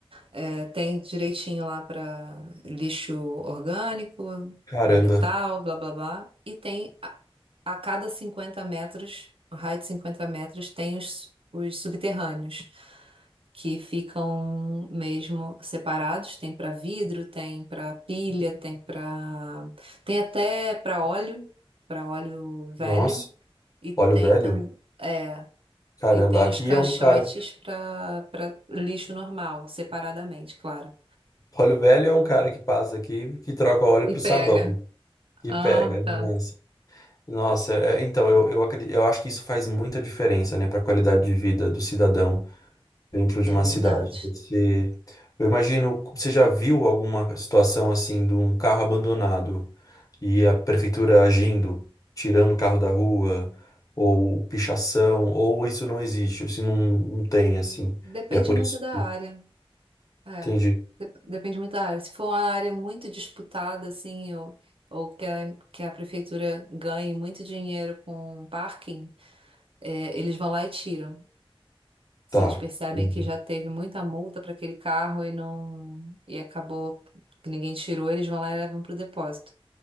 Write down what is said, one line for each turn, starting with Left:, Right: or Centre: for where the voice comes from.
Right: É, tem direitinho lá para lixo orgânico,
Left: Caramba.
Right: metal, blá blá blá. E tem a, a cada 50 metros, um raio de 50 metros, tem os, os subterrâneos, que ficam mesmo separados. Tem para vidro, tem para pilha, tem para. Tem até para óleo, para óleo velho.
Left: Nossa,
Right: E tem
Left: óleo velho?
Right: também. É,
Left: Caramba,
Right: e tem
Left: aqui
Right: os caixotes
Left: é um cara. que-
Right: para para lixo normal, separadamente, claro.
Left: Óleo velho é um cara que passa aqui que troca óleo pro
Right: E
Left: sabão
Right: pega.
Left: né? e
Right: Ah,
Left: pega. Nossa,
Right: tá.
Left: Nossa, é- então eu, eu, acredito, eu acho que isso faz muita diferença, né, para a qualidade de vida do cidadão. dentro de
Right: É
Left: uma
Right: verdade.
Left: cidade. Você, eu imagino, você já viu alguma situação assim de um carro abandonado e a prefeitura agindo, tirando o carro da rua, ou pichação, ou isso não existe, isso não, não tem assim.
Right: Depende
Left: E é por
Right: muito
Left: isso
Right: da
Left: que
Right: área. É.
Left: entendi.
Right: De- Depende muito da área. Se for uma área muito disputada, assim, ou, ou que a, que a prefeitura ganhe muito dinheiro com parking, é, eles vão lá e tiram. Se
Left: Tá.
Right: eles percebem
Left: Entendi.
Right: que já teve muita multa para aquele carro e não e acabou que ninguém tirou, eles vão lá e levam para o depósito.